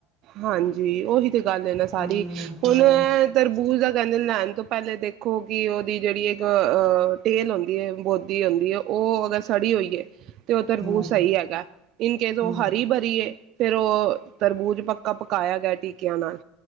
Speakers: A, on the right; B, in the centre.
A: ਹਾਂਜੀ ਉਹੀ ਤੇ ਗੱਲ ਹੈ ਨਾ ਸਾਰੀ
B: ਹਮ ਹਾਂ
A: ਹੁਣ ਇਹ ਤਰਬੂਜ਼ ਦਾ ਕਹਿੰਦੇ ਲੈਣ ਤੋਂ ਪਹਿਲੇ ਦੇਖੋ ਕਿ ਉਹਦੀ ਜਿਹੜੀ ਇੱਕ ਅਹ ਢੇਲ ਹੁੰਦੀ ਹੈ ਬੋਦੀ ਹੁੰਦੀ ਹੈ, ਉਹ ਅਗਰ ਸੜੀ ਹੋਈਏ ਤੇ ਉਧਰ ਬੂ
B: ਹਾਂਜੀ
A: ਸਹੀ ਹੈਗਾ ਇਨਕੇਸ ਉਹ
B: ਹਮ
A: ਹਰੀ ਬਰੀ ਏ ਫੇਰ ਉਹ ਤਰਬੂਜ ਪੱਕ ਪੱਕਾ ਪਕਾਇਆ ਗਿਆ ਟੀਕਿਆਂ ਨਾਲ